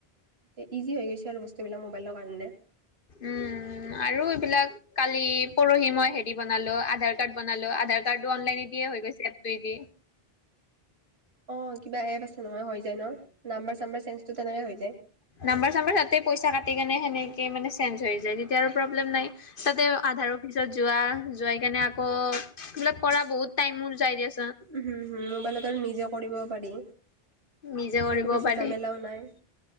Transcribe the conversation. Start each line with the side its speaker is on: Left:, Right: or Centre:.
Right: এ ইজি হৈ গৈছে আৰু বস্তুবিলাক মোবাইলৰ কাৰণে।
Left: উম আৰু এইবিলাক কালি পৰহি মই হেৰি বনালো আধাৰ কাৰ্ড বনালো- আধাৰ কাৰ্ডটো অনলাইনে দিয়ে হৈ গৈছে এপটোৱে দি।
Right: অ কিবা এপ আছে নহয় হৈ যায় ন নাম্বাৰ চাম্বাৰ চেঞ্জটো তেনেকে হৈ যায়।
Left: নাম্বাৰ চাম্বাৰ তাতেই পইচা কাটি কেনে সেনেক তেই মানে চেঞ্জ হৈ যায় তেতিয়া আৰু প্ৰব্লেম নাই তাতে আধাৰ অফিচত যোৱা যোৱাই কেনে আকৌ এইবিলাক কৰা বহুত টাইমোৰ যাই গেছ।
Right: উ হুম হুম মোবাইলত আৰু নিজে কৰিব পাৰি।
Left: নিজে কৰিব
Right: একো বেছি
Left: পাৰি
Right: জামেলাও নাই।